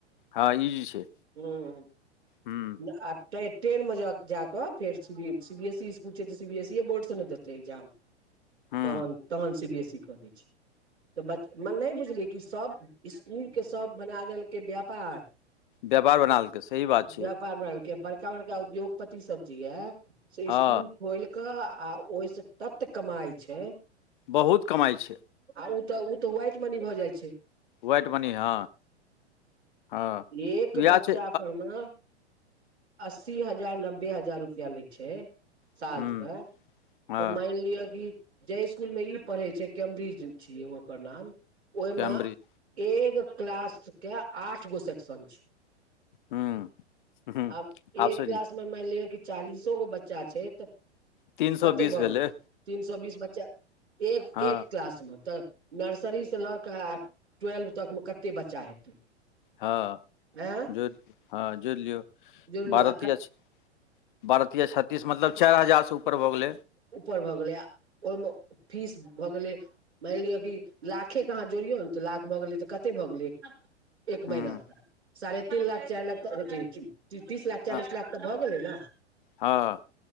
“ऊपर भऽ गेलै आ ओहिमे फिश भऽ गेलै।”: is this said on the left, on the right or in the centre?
Right